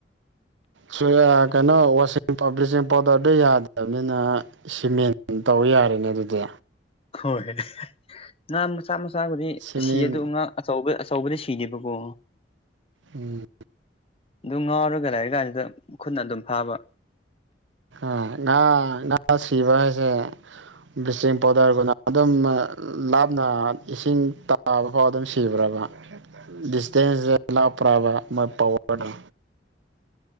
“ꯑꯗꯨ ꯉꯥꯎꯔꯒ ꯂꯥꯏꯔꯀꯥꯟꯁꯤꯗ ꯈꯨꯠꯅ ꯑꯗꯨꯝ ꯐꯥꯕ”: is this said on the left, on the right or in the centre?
Left